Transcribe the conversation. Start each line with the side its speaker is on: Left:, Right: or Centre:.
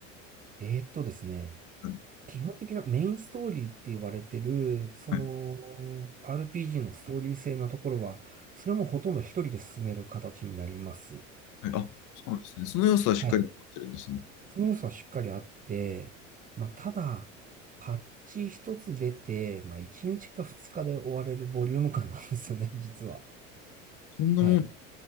Right: えーっとですね、
Left: はい
Right: 基本的なメインストーリーって言われてる、その、
Left: はい
Right: RPG のストーリー性のところは、それもほとんど一人で進める形になります。
Left: はいあ、そうなんですね。その要素はしっかり残ってるんですね。
Right: はい。その要素はしっかりあって、まあ、ただ、パッチ一つ出て、まあ、1日か2日で終われるボリューム感なんですよね、<laughs> 実は。
Left: そんなもん。
Right: はい。